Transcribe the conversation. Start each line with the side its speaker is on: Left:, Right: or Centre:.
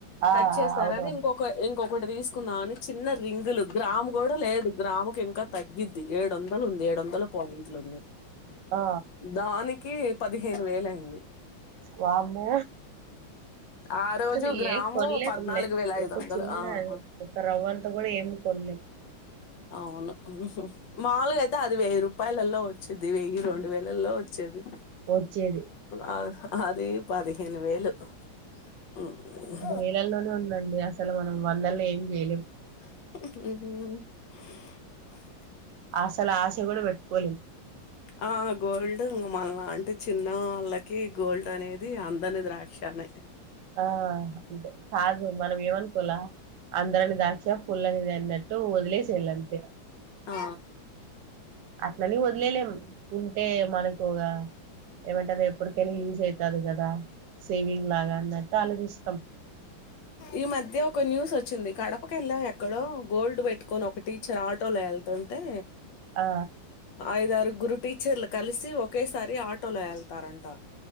Right: ఆ
Left: కట్ చేస్తారని
Right: ఆ అవునవును
Left: ఇంకొ ఇంకొకటి తీసుకుందాం అని చిన్న రింగులు గ్రాము కూడా లేదు గ్రాముకి ఇంకా తగ్గిద్ది ఏడు వందలు ఉంది ఏడు వందల పాయింట్లు ఉంది
Right: ఆ
Left: దానికి పదిహేను వేల అయింది
Right: వామ్మో
Left: ఆ రోజు
Right: అసలు
Left: గ్రాము
Right: ఏ కొంలేకుండ్లే
Left: పద్నాలుగు వేల ఐదు
Right: ఒక
Left: వందలు
Right: చిన్న
Left: ఆ ఆ
Right: ఒక రవ్వ అంతా కూడా ఏం కొన్లే
Left: అవును మాముూలుగా అయితే అది వెయ్యి రూపాయలలో వచ్చేది వెయ్యి రెండు వేలలో వచ్చేది
Right: వచ్చేది
Left: ఆ అది పదిహేను వేలు హ్మ్.
Right: వేలల్లోనే ఉందండి అసలు మనం వందల్లో ఏం జెయలేం
Left: <inaudible>
Right: అసలు ఆశ కూడా పెట్టుకోలేమ్
Left: ఆ గోల్డ్ ఇంగా మనలాంటి చిన్న వాళ్ళకి గోల్డ్ అనేది అందని ద్రాక్షానే
Right: ఆ అంతే కాదు మనం ఏమనుకోలా అంద్రని ద్రాక్షా పుల్లనిదిన్నట్టు వదిలేసేయలంతే
Left: ఆ
Right: అట్లని వదిలేయలేం ఉంటే మనకి ఓగా ఏమంటారు ఎప్పటికెయినా యూజ్ అయితాది కదా సేవింగ్ లాగా అన్నట్టు ఆలోచిస్తాం
Left: ఈ మధ్య ఒక న్యూస్ వచ్చింది కడపకు వెళ్ళాం ఎక్కడో గోల్డ్ పెట్టుకొని ఒక టీచర్ ఆటోలో వేల్త్ తుంటే
Right: ఆ
Left: ఐదారుగురు టీచర్లు కలిసి ఒకేసారి ఆటోలో వెళ్తారంటా